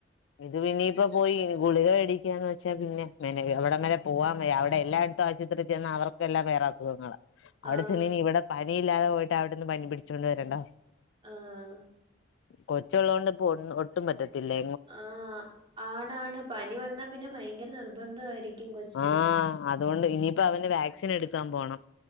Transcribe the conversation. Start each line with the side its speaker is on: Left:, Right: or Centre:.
Left: ഇത് ഇനിയിപ്പോ പോയി ഗുളിക മേടിക്കുകന്ന് വെച്ചാ പിന്നെ മേനക എവിടം വരെ പോവാൻ അവിടെ എല്ലായിടത്തും ആശൂത്രീൽ ചെന്ന അവർക്കെല്ലാം വേറെ അസുഖങ്ങള. അവിടെ
Right: ആഹ്
Left: ചെന്നനി ഇവിടെ പനിയില്ലാതെ പോയിട്ട് അവിടൊന്ന് പനി പിടിച്ചുകൊണ്ട് വരണ്ടോ
Right: ആഹ്
Left: കൊച്ചുള്ളോണ്ട് ഇപ്പോ ഒന്ന് ഒട്ടും പറ്റത്തില്ലേ
Right: ആഹ് ആണാണ് പനി വന്നാ പിന്നെ ഭയങ്കര നിർബന്ധമായിരിക്കും കൊച്ചിന്
Left: ആഹ് അതുകൊണ്ട് ഇനിയിപ്പോ അവന് വാക്സിൻ എടുക്കാൻ പോണം